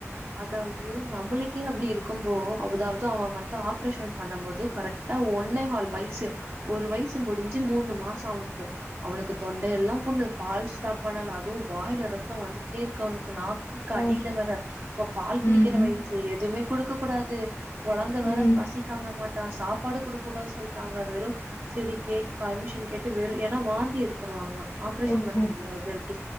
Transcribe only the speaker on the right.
அதாவ்து நம்மளுக்கே அப்டி இருக் இருக்கும் போ அதாவ்து அவெ வந்து ஆப்ரேஷன் பண்ணும் போது கரெக்டா ஒன்னே ஹால் வயசு ஒரு வயசு முடிஞ்சு மூணு மாசோ அவனுக்கு அவனுக்கு தொண்டையெல்லா புண்ணு பால் ஸ்டாப் பண்ணல அதுவு வாயில ரத்தோ வந்துகிட்டே இருக்கு அவனுக்கு நாக் கடியில
வர பால் குடிக்கிற
வயசு எதுவுமே குடுக்க கூடாது குழந்த
வேற பசித் தாங்க மாட்டா சாப்பாடு கொடுக்க கூடா சொல்ட்டாங்க வெறு சரி கேட்டு பர்மிஷன் கேட்டு வெறும் ஏன்னா வாந்தி எடுத்துருவாங்க ஆப்ரேஷன்
பண்ண முடியாது அப்டி